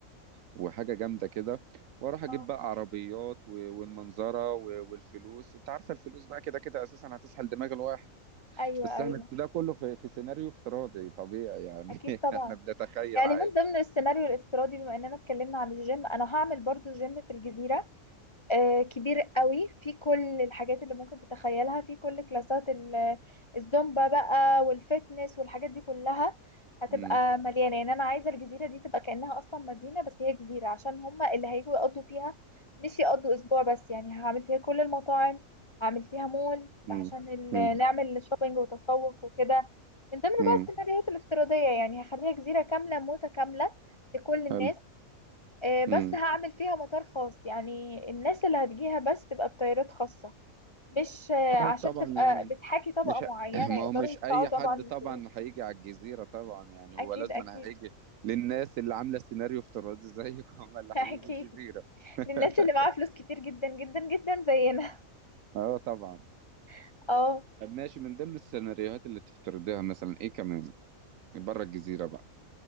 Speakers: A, on the right; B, on the left.
A: وحاجه جامده كده واروح اجيب
B: اه
A: بقى عربيات و- والمنظره و- والفلوس انت عارفه الفلوس بقى كده كده اساسا هتسحل دماغ الواحد
B: ايوه
A: بس
B: ايوه
A: احنا ده كله في, في سيناريو افتراضي طبيعي يعني
B: اكيد
A: <laughs>
B: طبعا
A: احنا بنتخيل
B: يعني
A: عادي
B: من ضمن السيناريو الافتراضي بما اننا اتكلمنا عن الجيم انا هعمل برضو جيم في الجزيره آه، كبير قوي في كل الحاجات اللي ممكن تتخيلها في كل كلاسات ال- الزومبا بقى والفتنس والحاجات دي كلها هتبقى
A: امم
B: مليانة يعني أنا عايزة الجزيرة دي تبقى كأنها أصلا مدينة بس هي جزيرة عشان هما اللي هيجوا يقضوا فيها مش يقضوا أسبوع بس يعني هعمل فيها كل المطاعم هعمل فيها مول
A: امم
B: عشان ال-
A: امم
B: نعمل شوبينج وتسوق وكده من ضمن
A: امم
B: بقى السيناريوهات الافتراضية يعني هخليها جزيرة كاملة متكاملة لكل الناس
A: حلو
B: آه، بس
A: امم
B: هعمل فيها مطار خاص يعني الناس اللي هتجيها بس تبقى بطيارات خاصة مش آه، عشان
A: اه طبعا
B: تبقى
A: يعني
B: بتحاكي طبقة
A: مش
B: معينة
A: <clears throat> ما
B: يقدروا
A: هو مش
B: يدفعوا
A: اي
B: طبعا
A: حد
B: الفلوس
A: طبعا هيجي على الجزيرة طبعا يعني هو
B: أكيد
A: لازم
B: أكيد
A: أنا هيجي للناس اللي عاملة سيناريو افتراضي زيك هم اللي
B: <laughs> أكيد
A: هيجوا الجزيرة <laughs>
B: للناس اللي معاها فلوس كتير جدا جدا جدا زينا
A: اه طبعا
B: <laughs> اه
A: طب ماشي من ضمن السيناريوهات اللي تفترضيها مثلا ايه كمان بره الجزيرة بقى